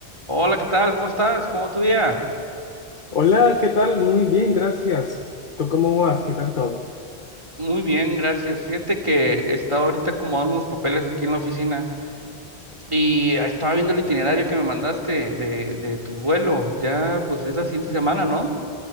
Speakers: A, on the right (about 25°); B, on the left (about 50°).
A: Hola, ¿qué tal? ¿Cómo estás? ¿Cómo va tu día?
B: Hola, ¿qué tal? Muy bien, gracias. ¿Tú cómo vas? ¿Qué tal todo?
A: Muy bien, gracias. Fíjate que estaba ahorita acomodando unos papeles aquí en la oficina y estaba viendo el itinerario que me mandaste de, de tu vuelo. Ya, pues es la siguiente semana, ¿no?